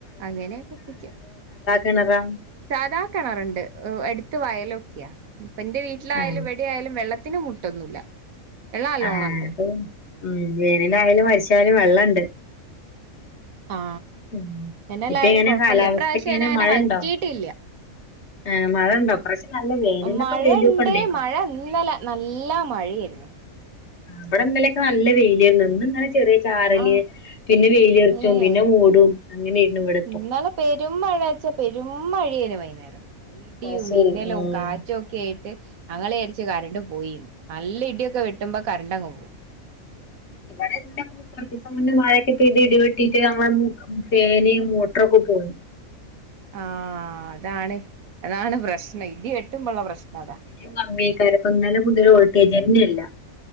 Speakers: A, on the right; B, on the left.
A: അങ്ങനെ ഒക്കെ ഒപ്പിയ്ക്കും.
B: കിണറാ?
A: സാധാ കെണറുണ്ട്. അടുത്ത് വയലൊക്കെയാ. ഇപ്പ എന്റെ വീട്ടിലായാലും
B: ആഹ്
A: ഇ ആയാലും വെള്ളത്തിന് മുട്ടൊന്നുല്ല. വെള്ളം നല്ലോണം
B: ആഹ്
A: ഉണ്ട്.
B: അപ്പൊ ഉം വേനല് ആയാലും വെര ശ്ശിയാലും വെള്ളണ്ട്.
A: ആ
B: ഉം
A: വേനലായാലും
B: ഇപ്പൊ എങ്ങനെ
A: കൊഴപ്പല്യാ.
B: കാലാവസ്ഥക്കെ
A: ഇപ്രാവശ്യം
B: എങ്ങനെ
A: അങ്ങനെ
B: മഴ
A: വറ്റിട്ടില്യാ.
B: ഉണ്ടോ ആഹ് മഴ ഉണ്ടോ ഇപ്രാവശ്യം നല്ല വേനലൊക്കെ
A: മഴേണ്ട്,
B: വെയിലൊക്കെ ഉണ്ടേക്കും
A: മഴ ഇന്നല നല്ല മഴയായിരുന്നു.
B: ഇവ്ടെ ഇന്നലെ നല്ല വെയിലാരുന്നു. ഇന്ന് ഇങ്ങനെ ചെറിയ ചാറല്,
A: ആഹ്
B: പിന്നെ വെയിലൊറച്ചും
A: ഏഹ്
B: പിന്നെ മൂടും. അങ്ങനെയായിരുന്നു ഇവ്ടെ
A: ഇന്നലെ പെരുംമഴയാച്ചാ പെരും മഴേരുന്നു വൈകുന്നേരം. ഇടിയും
B: അത് ശരി
A: മിന്നലും
B: ഉം
A: കാറ്റുക്കെയാ യിട്ട് ഞങ്ങള് വിചാരിച്ച് കറണ്ട് പോയീന്ന്. നല്ല ഇടിയൊക്കെ വെട്ടുമ്പോ കറണ്ടങ്ങ് പോവും.
B: ഇവ്ടെ <unintelligible> കുറച്ച് ദിവസം മുന്നേ മഴക്കെപെയ്ത ഇടിവെട്ടീട്ട് നമ്മളെ <unintelligible> ഫേന് മോട്ട്റൊക്കെ പോവും.
A: ആ അതാണ്, അതാണ് പ്രശ്നം ഇടി വെട്ടുമ്പോള്ള പ്രശ്നം അതാ.
B: കമ്മീക്കാരം ഇപ്പം ഇന്നലെ മുതൽ വോൾട്ടേജ് ന്നെ ഇല്ല.